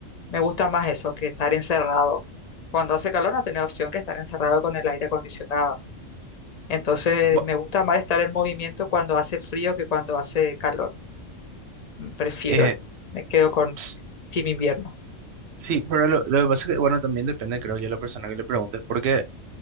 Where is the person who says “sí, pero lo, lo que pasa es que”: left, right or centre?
Right